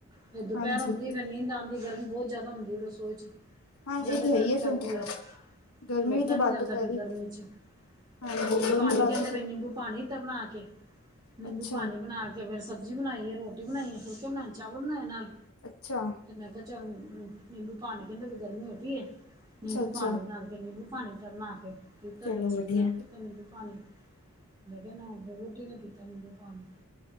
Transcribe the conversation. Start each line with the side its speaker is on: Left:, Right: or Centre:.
Right: ਫੇਰ ਦੁਪਹਿਰ
Left: ਹਾਂਜੀ
Right: ਆਦੀ ਫੇਰ ਨੀਂਦ ਆਦੀ ਗਰਮੀ ਬਹੁਤ ਜ਼ਿਆਦਾ ਹੁੰਦੀ ਰਸੋਈ ਚ
Left: ਹਾਂ
Right: ਜ਼ਿਆਦਾ,
Left: ਇਹ ਤੇ ਹੈ
Right: ਗਰਮੀ
Left: ਹੀ ਹੈ
Right: ਲੱਗਦੀ
Left: ਫਿਰ
Right: ਏ,
Left: ਗਰਮੀ
Right: ਖਲੋਤਾ
Left: ਵੀ ਤੇ
Right: ਨੀ
Left: ਵਾਧੂ
Right: ਜਾਂਦਾ
Left: ਪੈ
Right: ਫਿਰ
Left: ਰਹੀ
Right: ਗਰਮੀ ਚ,
Left: ਹਾਂਜੀ
Right: ਨਿੰਬੂ
Left: ਗਰਮੀ
Right: ਪਾਣੀ
Left: ਵਾਧੂ
Right: ਕਹਿੰਦੇ ਵੇ, ਨਿੰਬੂ ਪਾਣੀ ਬਣਾ ਕੇ।
Left: ਅੱਛਾ
Right: ਨਿੰਬੂ ਪਾਣੀ ਬਣਾ ਕੇ, ਫੇਰ ਸਬਜ਼ੀ ਬਣਾ, ਈਏ, ਰੋਟੀ ਬਣਾਈਏ, ਫੁਲਕੇ ਬਣਾਏ, ਚਾਲ ਬਣਾਏ ਨਾਲ।
Left: ਅੱਛਾ
Right: ਮੈਂ ਕਿਹਾ ਚਲ ਨਿੰਬੂ ਪਾਣੀ, ਕਹਿੰਦੇ ਫੇਰ ਗਰਮੀ ਹੋਗੀ ਏ, ਨਿੰਬੂ
Left: ਅੱਛਾ
Right: ਪਾਣੀ ਬਣਾ ਲੋ ਫੇਰ ਨਿੰਬੂ <unintelligible> ਪਾਣੀ ਦਾ ਬਣਾਕੇ ਪੀਤਾ,
Left: ਚਲੋ
Right: ਬੱਚੇ
Left: ਵਧੀਆ।
Right: ਨੂੰ ਆਪ ਪੀਤਾ, ਨਿੰਬੁ ਪਾਣੀ। ਮੇਰੇ ਨਾ, ਕਿਹਾ ਵਓਟੀ ਨੇ ਪੀਤਾ ਨੀਬੂ ਪਾਨੀ।